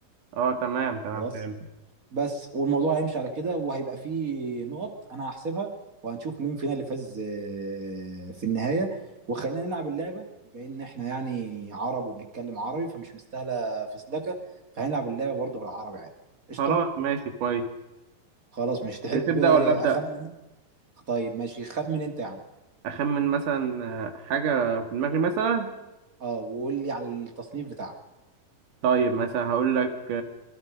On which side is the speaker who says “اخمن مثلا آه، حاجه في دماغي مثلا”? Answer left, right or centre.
Right